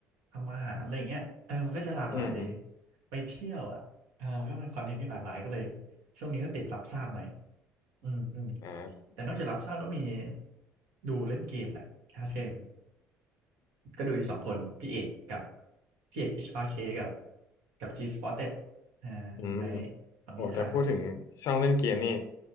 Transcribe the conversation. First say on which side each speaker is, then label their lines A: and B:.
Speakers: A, on the right (about 85°); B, on the left (about 65°).
A: ทำอาหารอะไรอย่างเงี้ยเออมันก็จะหลากหลายเลย
B: อืมอืม
A: ไปเที่ยวอ่ะอ่ามันก็เป็นคอนเทนต์ที่หลากหลายก็เลยช่วงนี้ก็ติดรับทราบหน่อยอืมอืม
B: อ่า
A: แต่นอกจากรับทราบก็มีดูเล่นเกมแหละแคสเกม ก็ดูอยู่สองคนพี่เอกกับพี่เอก HRK กับกับ G Spotted อ่าลุงไนท์ฟังนิทาน
B: อืมโอ้แต่พูดถึงช่องเล่นเกมนี่